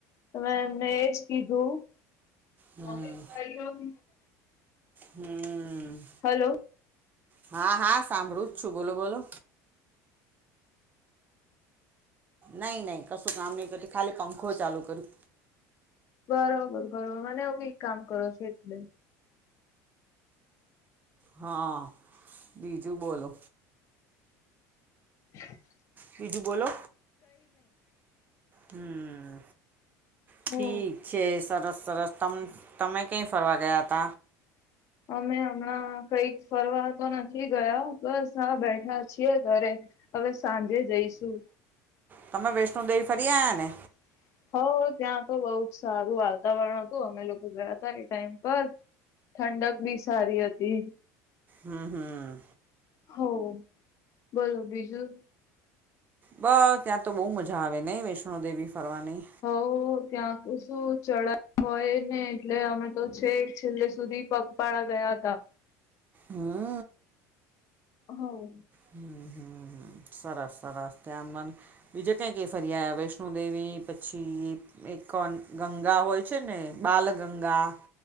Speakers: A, on the left; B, on the right.
A: ત એમને એજ કીધું.
B: હમ હમ.
A: હલો.
B: હ હા હા સાંભળું જ છું બોલો બોલો. નહીં નહીં કશું કામ નહીં કરું ખાલી પંખો ચાલુ કર્યું
A: બરોબર બરોબર મને આવું કઈ કામ કરો છ એટલે.
B: હા બીજું બોલો.
A: હ. <unintelligible>
B: બીજું બોલો હમ.
A: હું
B: ઠીક છે સરસ સરસ ત તમે કઈ ફરવા ગયા ત.
A: અમે હમણાં કઈક ફરવા તો નથી ગયા બસ આ બેઠા છીએ ઘરે. હવે સાંજે જઈશું.
B: તમે વૈષ્ણોદેવી ફરી આ્યા ને
A: <inaudible> હો ત્યાં તો બહુ જ સારું વાતાવરણ હતું અમે લોકો ગયા ત એ ટાઈમ પર ઠંડક બી સારી હતી હતી
B: હમ હમ
A: હો બોલો બીજું
B: બસ ત્યાં તો બહ મજા જ આવે નહીં વૈષ્ણોદેવી ફરવાની
A: હ ત્યાં તો શું ચડાવ હોય ને એટલે અમે તો છે છેલ્લે સુધી પ પાળ જયા આ
B: હા.
A: હ
B: હમ હમ હમ સરસ સરસ ત્યાં મન બીજા કંક ફર્યા વૈષ્ણોદેવી પછી. એક ગંગા હોય છે ને બાલ ગંગા